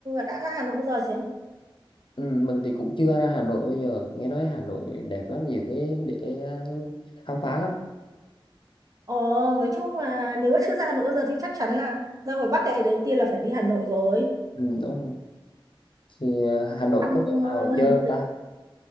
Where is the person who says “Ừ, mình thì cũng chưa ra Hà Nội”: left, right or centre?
Left